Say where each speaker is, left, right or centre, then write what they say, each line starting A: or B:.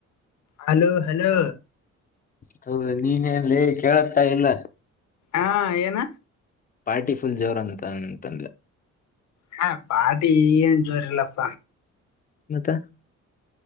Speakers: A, on the left (about 65°); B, on the left (about 30°).
A: ಹಲೋ ಹಲೋ
B: ಹ ನೀನ ಏನ್ ಲೆ ಕೇಳತಾ ಇಲ್ಲ
A: ಹಾ ಏನ
B: ಪಾರ್ಟಿ ಫುಲ್ ಜೋರ್ ಅಂತ ಅಂತ ಅಂದೆ
A: ಹ ಪಾಟಿ ಏನು ಜೋರ ಇಲ್ಲಪ
B: ಮತ್ತೆ